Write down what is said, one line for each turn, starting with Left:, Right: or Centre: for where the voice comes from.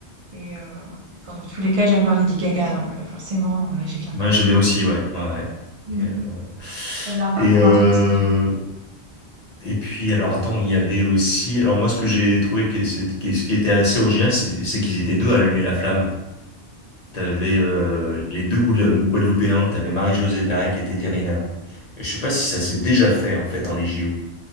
Right: Et euh, enfin, dans tous les cas, j'aime bien Lady Gaga. Donc, euh, forcément, euh, j'ai bien
Left: Ouais,
Right: aimé,
Left: j'aimais
Right: quoi.
Left: aussi, ouais, ouais. ouais.
Right: Mm.
Left: Et, euh,
Right: Elle a un parcours
Left: et, euh,
Right: intéressant.
Left: Et puis, alors attends, il y avait aussi. Alors, moi, ce que j'ai trouvé, que c'est- que- ce qui était assez original, c'est c'est qu'ils étaient deux à allumer la flamme. T'avais euh, les deux Guadeloup- Guadeloupéens, t'avais Marie-Josée Pérec et Teddy Riner. Et je sais pas si ça s'est déjà fait, en fait, dans les JO,